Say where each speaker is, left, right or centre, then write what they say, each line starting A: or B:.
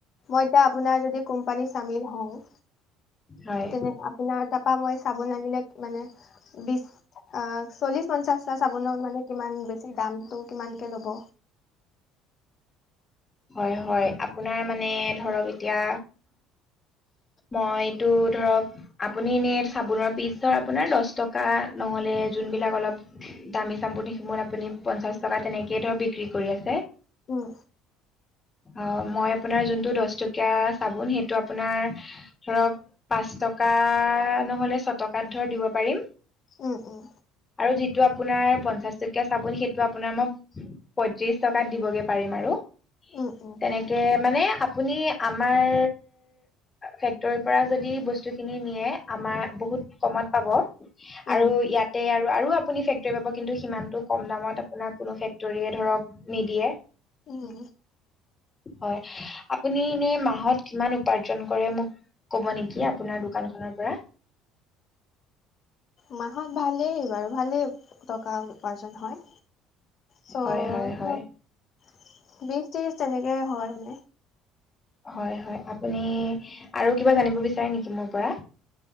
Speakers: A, on the left; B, on the left.
A: মই এতিয়া আপোনাৰ যদি কোম্পানীত চামিল হওঁ
B: হয়
A: তেনে আপোনাৰ তাৰপা মই চাবোন আনিলে মানে বিছ আহ চল্লিশ পঞ্চাশটা চাবোনৰত মানে কিমান বেছি দামটো কিমানকে ল'ব।
B: হয় হয় আপোনাৰ মানে ধৰক এতিয়া মই এইটো ধৰক আপুনি এনে চাবোনৰ পিছ ধৰ আপোনাৰ দছ টকা নহলে যোনবিলাক অলপ দামী চাবোন আপুনি পঞ্চাশ টকা তেনেকে ধৰ বিক্ৰী কৰি আছে
A: উম
B: অ' মই আপোনাৰ যোনটো দশটকীয়া চাবোন সেইটো আপোনাৰ ধৰক পাঁচ টকা টকা নহ'লে ছটকাত ধৰ দিব পাৰিম।
A: উম উম
B: আৰু যিটো আপোনাৰ পঞ্চাশ টকীয়া চাবোন সেইটো আপোনাৰ মই পঁয়ত্ৰিশ টকাত দিবগে পাৰিম আৰু।
A: উম উম
B: তেনেকে মানে আপ আপুনি আমাৰ ফেক্টৰীৰ পৰা যদি বস্তুখিনি নিয়ে আমাৰ বহুত বুহুত কমত পাব
A: উম
B: আৰু ইয়াতে আৰু আৰু আপুনি ফেক্টৰী পাব, কিন্তু সিমানটো কম দামত আপোনাৰ কোনো ফেক্টৰীয়ে ধৰক নিদিয়ে।
A: উম
B: হয়, আপুনি এনে মাহত কিমান উপাৰ্জন কৰে মোক ক'ব নেকি আপোনাৰ দোকানখনৰ পৰা।
A: মাহত ভালেই বাৰু ভালে টকা উপাৰ্জন হয়। চ
B: হয় হয় হয়
A: বিশ ত্ৰিশ তেনেকে হয় মনে।
B: হয় হয় আপুনি আৰু কিবা জানিব বিচাৰে নেকি মোৰ পৰা।